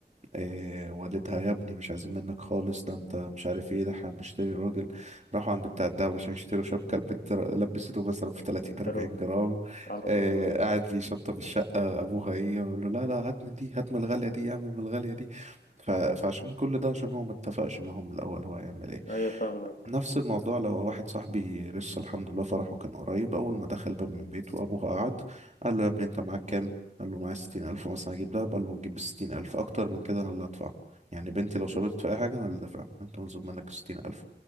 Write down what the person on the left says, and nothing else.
يروح
على
طول آه.
ايوه فاهمك